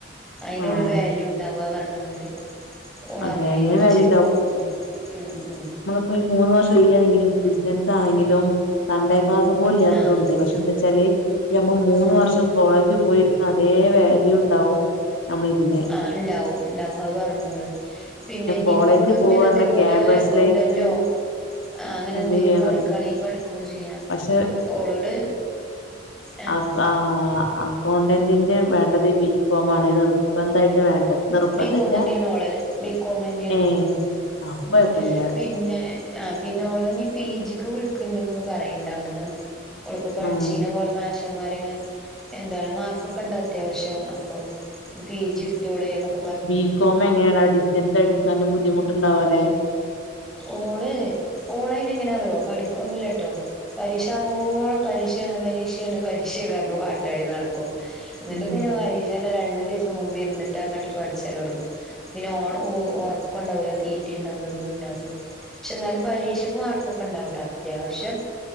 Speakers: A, in the centre; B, on the left.
A: അതിനുള്ള
B: ആഹ്
A: വാല്യൂ ഉണ്ടാവുക പറഞ് കാണ്ട് ഓളങ്ങനെ
B: അതെ അയിനെ
A: പഠിച്ചേ
B: വാല്യൂ
A: ഉം ഉ ഉ
B: ഇപ്പൊഈ മൂന്ന് വർഷം ഇല്ല്യണെങ്കിൽ ഡിസ്റ്റൻസ് ആണെങ്കിലും സൺഡേ ക്ലാസ് പോല്ലാത്തൊണ്ട്
A: ആഹ് ആഹ്
B: പക്ഷെ എന്താവെച്ചാല് ഞമ്മ മൂന്ന്
A: ഉം
B: വർഷം കോളേജ് പോയിരിക്കുന്ന അതേ വാല്യൂണ്ടാവും നമ്മളെതിന്
A: ആഹ് ഉണ്ടാവും ഉണ്ടാവും അത് പറഞ്ഞോള് പിന്നെ ഇഞ്ഞിപോക്ക്
B: കോളേജ്
A: ഇങ്ങനെ
B: പോവാറഞ്ഞ
A: ഇതേപോലെ
B: ക്യാമ്പസ്
A: വല്ല അക്കൗണ്ടന്റോ
B: ലൈഫ്
A: ആ അങ്ങനെ
B: എൻജോയ്
A: എന്തേലും
B: ചെയ്യാന്നുള്ളു
A: പഠിക്കണെങ്കിൽ പഠിക്കുകയും ചെയ്യാം
B: പക്ഷെ
A: ഓളോട് ആഹ്
B: അപ്പ ആഹ് അക്കൗണ്ടന്റിന് വേണ്ടത് ബി കോം ആണ് നിർബന്ധായിട്ട് വേണ്ടത് നിർബന്ധല്ല
A: ബി കോം തന്നെയാണ് ഓള് ബി കോം തന്നെയാണ്
B: ഏഹ് അപ്പൊ
A: ഉ
B: കൊഴപ്പല്ല
A: പിന്നെ ആഹ് പിന്നെ ഓളഞ്ഞപി ജിക്ക് വിളിക്ണ്ട്ന്നൊക്കെ പറയണ്ട് അവ്ട്ന്ന് ഓളിപ്പോ പഠിച്ചീന
B: ഉം
A: ഓളെമാഷന്മാർ ഇങ്ങനെ എന്താണ് മാർക്കൊക്കെ ഇണ്ട അത്യാവശ്യം അപ്പൊ പി ജി എടുത്തൂടെ എന്നക്ക
B: ബി കോം എങ്ങനെയണ ഡിസ്റ്റൻസ് എടുക്കെ ബുദ്ധിമുട്ടുണ്ടാവുംല്ലെ
A: ഓള് ഓളൈയ്ന് എങ്ങനെറിയോ പഠിക്കൊന്നുല്ലട്ടോ പരീക്ഷ ആവോളം പരീക്ഷയാണ് പരീക്ഷയാണ് പരീക്ഷാണ് പർഞ്ഞ് പാട്ടാടി നടക്കും എന്നിട്ട്
B: ഉം
A: പിന്നെ പരീഷന്റെ രണ്ട്സം മുമ്പ് ഇരിന്നിട്ട് അങ്ങട്ട് പഠിച്ചലൊടങ്ങും പിന്നെ ഓ ഉറക്കം ഉണ്ടാവൂല തീറ്റണ്ടാവൂല ഒന്നും ണ്ടാവൂല പക്ഷെ എന്നാലും പരീക്ഷക്ക് മാർക്കൊക്കെണ്ടാവൂട്ടോ അത്യാവശ്യം